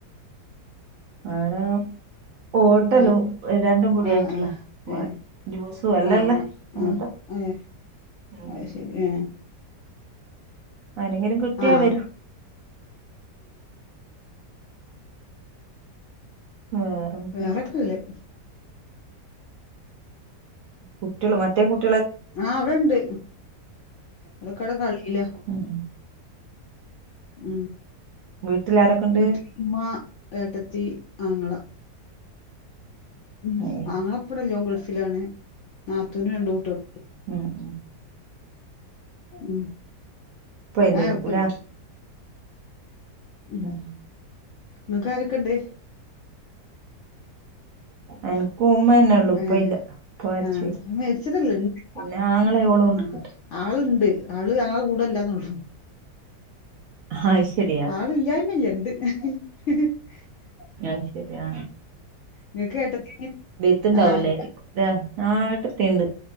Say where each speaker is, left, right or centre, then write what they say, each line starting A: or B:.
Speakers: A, on the right; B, on the left.
A: ആ ടെ ഹോട്ടലും
B: ആ
A: രണ്ടും കൂടി
B: ആ
A: ആയിട്ടുള്ള
B: ഏ ആ
A: ജ്യൂസും എല്ലല്ലേ
B: ആ
A: അങ്ങനത്തെ
B: ആ അതെ
A: ഉം
B: അത് ശരി ആ
A: ആരെങ്കിലും കിട്ടിയാ
B: ആ
A: വരൂ വേറെന്ത
B: വേറൊക്കെല്ലേ
A: കുട്ടികള് മറ്റേ കുട്ടി
B: ആ അവിടെണ്ട് അതൊക്കവിടെ കളീലാ
A: ഉം
B: ഉം
A: വീട്ടിലാരൊക്കെണ്ട്
B: വീട്ടിലമ്മ ഏട്ടത്തി ആങ്ങള ഉം
A: ഏയ്
B: ആങ്ങള എപ്പടല്ലോ ഗൾഫിലാണ് നാത്തൂനും രണ്ട് കുട്ടികൾ
A: ഉം ഉ
B: ഉ
A: ഇപ്പല്ലേരിക്കൂല
B: ആഹ എപ്പല്ല ഉ
A: ഉം
B: നിങ്ങക്ക ആരൊക്കെ ഇണ്ട്
A: എനക്ക് ഉമ്മതന്നെ ഉള്ളു ഇപ്പ
B: ഏ
A: ഇല്ല ഇപ്പ മരിച്ചുപോയി
B: ആ മരിച്ചതല്ല ഇണ്ട്
A: പിന്നെ ആങ്ങളെഓളും ഉണ്ട്
B: ആ ആളുണ്ട് ആള് ഞങ്ങളുടെ കൂടെല്ലാന്നള്ളു
A: അത് ശരിയാ
B: ആള ഇല്ലായ്മല്ല ഉണ്ട് <inaudible>
A: അഹ ശരിയാ
B: നിങ്ങൾ ഏട്ടത്തി അനിയത്തി
A: ബീത്ത്ണ്ടാവലായിരിക്കും
B: ആ ഇല്ല
A: ത ഏട്ടത്തിണ്ട്‌